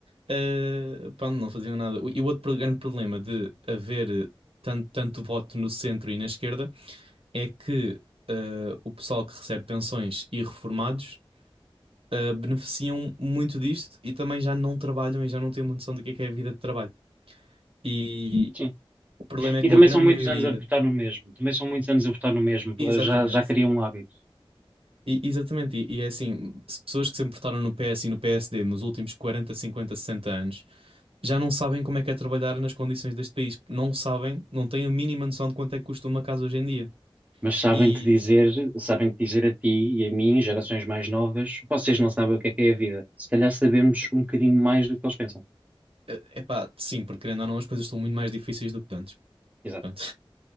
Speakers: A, on the right; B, on the right.
A: eh, pá, não faziam nada. E o outro pro- grande problema de haver tanto, tanto voto no centro e na esquerda é que eh, o pessoal que recebe pensões e reformados eh, beneficiam muito disto e também já não trabalham e já não têm uma noção do que é que é a vida de trabalho. E
B: Sim.
A: o problema é
B: E
A: que
B: também
A: uma grande
B: são muitos
A: maioria.
B: anos a votar no mesmo, também são muitos anos a votar no mesmo,
A: Exatamente.
B: eh, já, já criam um hábito.
A: E- exatamente, e, e é assim, se pessoas que sempre votaram no PS e no PSD nos últimos 40 50 60 anos já não sabem como é que é trabalhar nas condições deste país. Não sabem, não têm a mínima noção de quanto é que custa uma casa hoje em dia.
B: Mas sabem-te
A: E,
B: dizer, sabem-te dizer a ti e a mim, gerações mais novas, vocês não sabem o que é que é a vida. Se calhar sabemos um bocadinho mais do que eles pensam.
A: é pá, sim, porque querendo ou não, as coisas estão muito mais difíceis do que antes.
B: Exato.
A: Pronto.